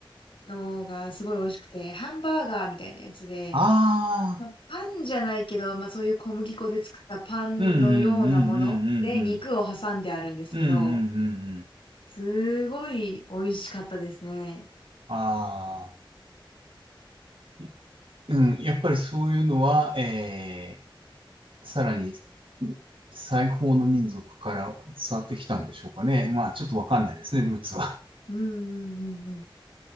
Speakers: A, on the left (about 70°); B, on the right (about 75°).
A: のがすごい美味しくて、ハンバーガーみたいなやつで、
B: ああ、
A: まあ、パンじゃないけど、まあそういう小麦粉で作ったパンのようなもので肉を挟んであるんですけど、
B: うんうんうんうんうんうん。うんうんうんうん。
A: すごい美味しかったですね。
B: ああ、いうん、やっぱりそういうのは、ええ、さらに西方の民族から伝わってきたんでしょうかね。まあ、ちょっとわかんないですね、ルーツは。
A: うんうんうんうん。